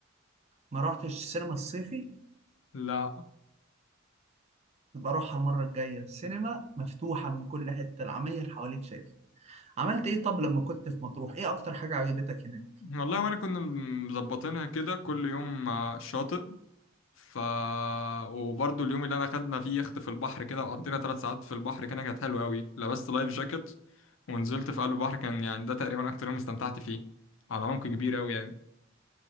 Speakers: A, on the right (about 35°); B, on the left (about 70°).
A: ما رحتش السينما الصيفي
B: لا
A: يبقى اروحها المره الجايه السينما مفتوحه من كل حته العماير حواليك شايف عملت ايه طب لما كنت في مطروح ايه اكتر حاجه عجبتك هناك
B: والله وأنا كنا مظبطينها كده كل يوم آه، شاطئ ف وبرضه اليوم اللي أنا خدنا فيه يخت في البحر كده وقضينا ثلاث ساعات في البحر كان كانت حلوة أوي لبست لايف جاكيت ونزلت في قلب البحر كان يعني ده تقريبا أكتر يوم استمتعت فيه على عمق كبير أوي يعني